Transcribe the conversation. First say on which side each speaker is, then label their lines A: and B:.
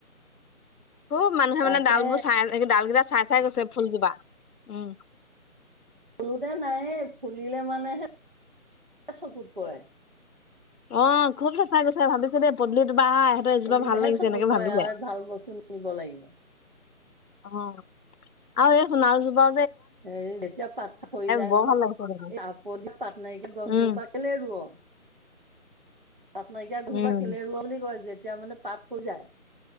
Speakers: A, on the left; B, on the right.
A: খুব মানুহে
B: তাকে
A: মানে ডালবোৰ চাই ডাল কেইটা চাই চাই গৈছে ফুলজোপা উম
B: ফুলোতে নায়েই ফুলিলে মানেহে চকুত কৰে
A: অ খুব চাই চাই গৈছে ভাবিছে দেই পদূলি ত বা ইহঁতৰ এজোপা
B: ফুলিলেহে
A: ভাল লাগিছে
B: চকুত
A: এনেকে
B: পৰে
A: ভাবিছে
B: আৰু ভাল বস্তু নিব লাগিব
A: অ আৰু এই সোণাৰু জোপা
B: হে যেতিয়া পাত চাচ সৰি যায়
A: বৰ
B: নহয়
A: ভাল লাগিছে দেখি
B: এই আপ দিয়া পাত নাইকিয়া গছজোপা
A: উম
B: কেলে ৰোৱ অ পাট নাইকিয়া গছজোপা
A: উম
B: কেলে ৰুৱ বুলি কয় যেতিয়া মানে পাত হৈ যায়,